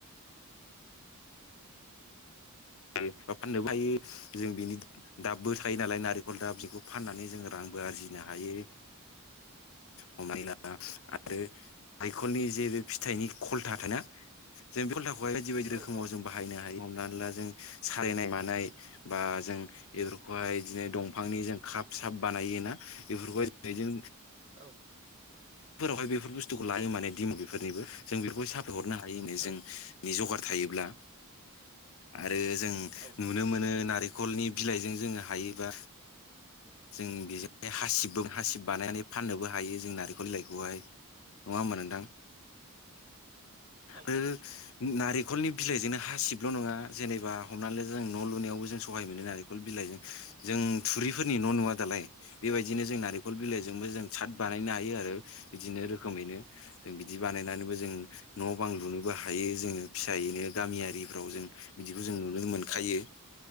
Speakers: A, on the left (about 65°); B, on the right (about 35°).
A: बा फाननोबो हायो जों बिनि दाबबो थायो नालाय नारेंख खलदाब बेखौ फाननानै जोङो रांबो आरजिनो हायो। हमनायला आरो हायखलनि जे फिथाइनि खलथा थायो ना जों बे खलथाखौहाय बायदि बायदि
B: औ
A: रोखोमाव जों बाहायनो हायो हमनानै ला सालायनाय मानाय बा जों बेफोरखौहाय बिदिनो दंफांनि जों खप साब बानायो। ना बेफोरखौ जों
B: औ।
A: फोरावहाय बेफोर बुस्थुखौ लायो माने दिम बेफोरनिबो जों बेफोरखौहाय साफाय हरनो हायो माने
B: औ
A: जोंनि जगार थायोब्ला आरो जों
B: औ
A: नुनो मोनो नारि खल बिलाइजों जोङो हायोबा जों बेजों हासिबबो हासिब बानायनानै फाननोबो हायो जोंना आरोखि। बिलाइखौहाय नङा होनबा नोंथां?
B: औ नोंथां
A: आरो नारि खलनि बिलाइजोंनो हासिबल' नङा जेनेबा हमनानै ला जों न' लुनायावबो जों सहाय मोनो नारिखल बिलाइ जों थुरिफोरनि न' नुवा दालाय बेबायदिनो जों नारेंखल बिलाइजोंबो जों साद बानायनो हायो आ रो बिदिनो रोखोमैनो जों बिदि बानायनानैबो जों न' बां लुनोबो हायो जोंङो फि सायैनो गामियारिफ्राव जों बिदिखौ जों नुनो मोनखायो।
B: औ